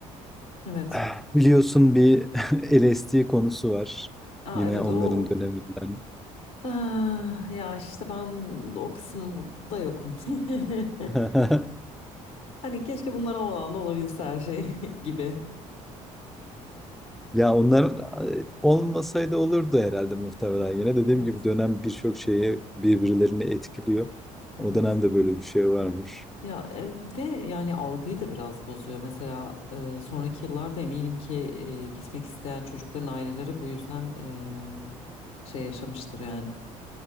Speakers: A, on the left; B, in the centre.
A: Evet.
B: Ah, Biliyorsun bir <laughs> LSD konusu var.
A: Aa,
B: Yine
A: evet
B: onların
A: o
B: döneminden.
A: ah, ya işte ben o kısımda yokum. <laughs>
B: <laughs>
A: Hani keşke bunlar olmadan da olabilse her şey <laughs> gibi.
B: Ya onlar e, olmasaydı olurdu herhalde muhtemelen. Yine dediğim
A: Evet.
B: gibi dönem birçok şeyi birbirlerini etkiliyor.
A: Evet.
B: O dönemde böyle bir şey varmış.
A: Ya e, ve yani algıyı da biraz bozuyor. Mesela e, sonraki yıllarda eminim ki e, gitmek isteyen çocukların aileleri bu yüzden e, şey yaşamıştır yani.